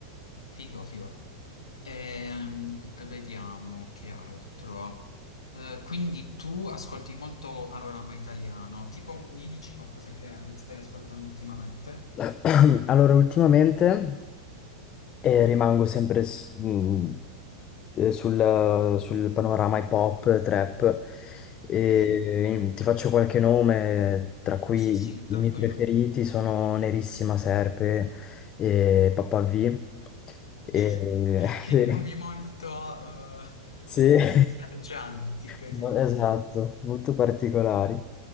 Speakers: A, on the left; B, on the left.
A: figo, figo. Ehm, d- vediamo che altro. Eh, quindi tu ascolti molto panorama italiano, tipo mi dici qualcosa che hai- stai ascoltando ultimamente?
B: <clears throat> Allora, ultimamente eh, rimango sempre s- mh, eh, sul, sul panorama hip hop, trap, e
A: Mhm.
B: ehm, ti faccio qualche nome, tra cui
A: Sì, sì, tranquillo.
B: i miei preferiti sono Nerissima Serpe e Papà V. E-
A: <laughs>
B: <laughs>
A: Che
B: sì,
A: nomi molto eh
B: sì.
A: eh,
B: <laughs>
A: sgargianti, che
B: No,
A: ti devo
B: esatto,
A: dire.
B: molto particolari.